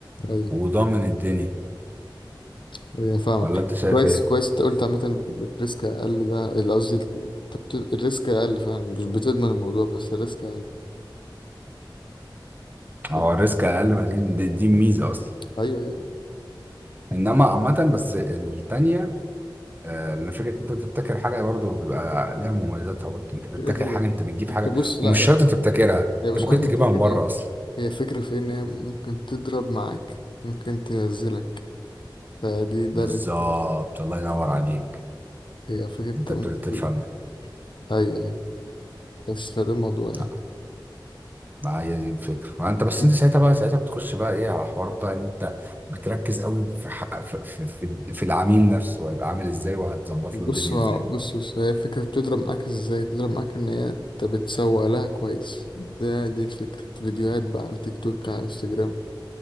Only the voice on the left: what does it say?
طيب.
يعني فاهمك
كويس
كويس انت قلت عامة الريسك أقل ده اللي قصدي انت بت- الريسك أقل فعلا مش بتضمن الموضوع بس الريسك أقل ف...
أيوه يعني
كده كده
يعني.
انت
بص لا
لا
هي
مش
حوار انت
كده
هي فكرة في إن هي ممكن تضرب معاك ممكن تنزلك فدي ده
الريسك
هي فكرة انت
ممكن
أيوه يعني بس فده الموضوع
يعني
بص
بص بص هي الفكرة بتضرب معاك ازاي تضرب معاك ان هي انت بتسوق لها كويس ده دي الفكرة فيديوهات بقى على تيك توك على انستجرام